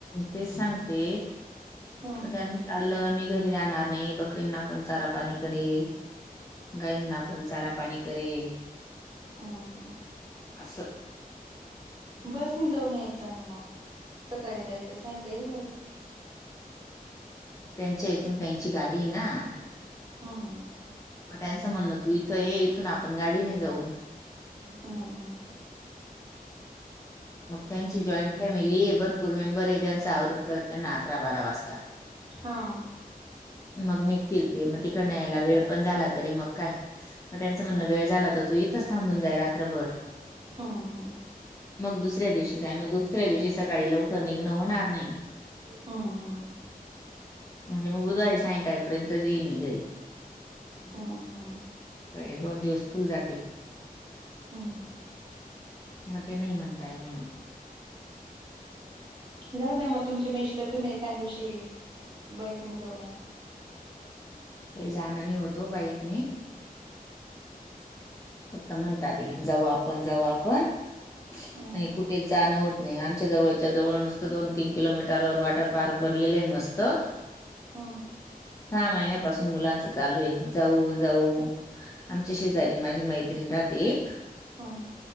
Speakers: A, on the left; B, on the right.
A: तेच सांगते
B: हम्म
A: म त्यांनी चाललं मी घरी राहणार नाही ये बघ गाईंना कोण चारा पाणी करेल गाईंना कोण चारा पाणी करेल
B: ह ह
A: असं
B: बसनी जाऊन यायचं ना मग सकाळी जायचं सांयका येऊन जायचं
A: त्यांच्या इथून त्यांची गाडी हाय ना
B: हम्म
A: आता यांचं म्हणणं तू इथं ये इथून आपण गाडीने जाऊ
B: हम हम
A: मग त्यांची जॉईंट फॅमिली आहे भरपूर मेंबर आहे त्यांच आवरत करत त्यांना अकरा बारा वाजता
B: <unintelligible> हा
A: मग निघतील ते म तिकडन यायला वेळ पण झाला तरी मग काय मग त्यांचं म्हणणं वेळ झाला तर तू इथंच थांबून जाय रात्रभर.
B: हा हा.
A: मग दुसऱ्या दिवशी जाय मग दुसऱ्या दिवशी सकाळी लवकर निघनं होणार नाही.
B: हम्म हम्म
A: म्हणजे मग बुधवारी सायंकाळ पर्यंत येईल मी घरी.
B: हा हा.
A: तर हे दोन दिवस फूल जाते.
B: हम्म.
A: मग ते नाही म्हणताय म्हणून.
B: जाऊ जा मग तुमची मिस्टर तुम्ही एखां दिवशी बाईकने जाऊन या.
A: काही जाणां नाही होतो बाईक नी. फक्त म्हणतात ते जाऊ आपण जाऊ आपण
B: हम्म
A: आणि कुठे जाणं होत नाही आमच्या जवळच्या जवळ नुसतं दोन-तीन किलोमीटरवर वॉटर पार्क बनलेले आहे मस्त.
B: हां.
A: सहा महिन्यापासून मुलांच चालू आहे जाऊ जाऊ आमच्या शेजारी मा झी मैत्रिणी राहते एक
B: हा.